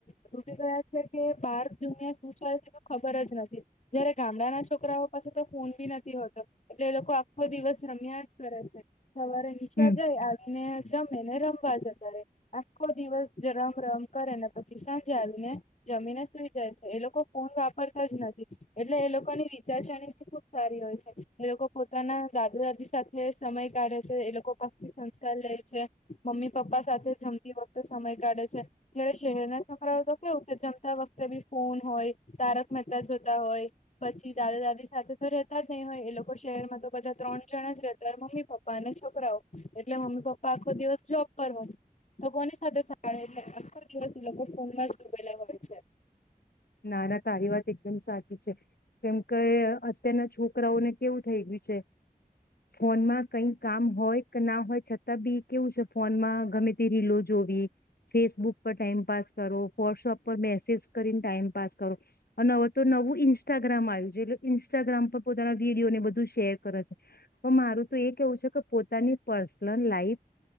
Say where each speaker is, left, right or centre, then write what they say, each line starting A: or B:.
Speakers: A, on the left; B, on the left.
A: ડૂબી ગયા છે કે બાર દુનિયા શું થાય છે તો ખબર જ નથી જયારે ગામડાના છોકરાઓ પાસે તો ફોન બી નથી હતો એટલે એ લોકો આખો દિવસ રમ્યા જ કરે છે સવારે નિશાળ
B: હમ
A: જાય આવીને જમે ને રમવા જતારે આખો દિવસ જે રમ રમ કરેને પછી સાંજે આવીને જમીને સુઈ જાય છે એ લોકો ફોન વાપરતા જ નથી એટલે એ લોકોની વિચારસરણી બી ખુબ સારી હોય છે છે એ લોકો પોતાના દાદા દાદી સાથે સમય કાઢે છે એ લોકો પાસેથી સંસ્કાર લેય છે મમ્મી પપ્પા સાથે જમતી વખતે સમય કાઢે છે જયારે શહેરના છોકરાઓ તો કેવું કે જમતા વખતે બી ફોન હોય તારક મહેતા જોતા હોય પછી દાદા દાદી સાથે તો રહેતા જ નહી હોય એ લોકો શહેરમાં તો બધા ત્રણ જણા જ રહેતા મમ્મી પપ્પા અને છોકરાઓ એટલે મમ્મી પપ્પા આખો દિવસ જોબ પર હોય તો કોની સાથે સાળ એટલે આખો દિવસ એ લોકો ફોનમાં જ ડૂબેલા હોય છે
B: નાના તારી વાત એકદમ સાચી છે કેમ કે અત્યારના છોકરાઓને કેવું થઈ ગયું છે ફોનમાં કઈ કામ હોય કે ના હોય છતાં બી કેવું છે ફોનમાં ગમે રીલો જોવી ફેસબુક પર ટાઈમપસ કરો વોટ્સઅપ પર મેસેજ કરીને ટાઈમ પાસ કરો અને હવ તો નવું ઇન્સ્ટાગ્રામ આવ્યું છે ઇન્સ્ટાગ્રામ પર પોતાના વિડીયો ને બધું શેર કરે છે પણ મારું તો એ કેવું છે કે પોતાની પર્સનલ લાઈફ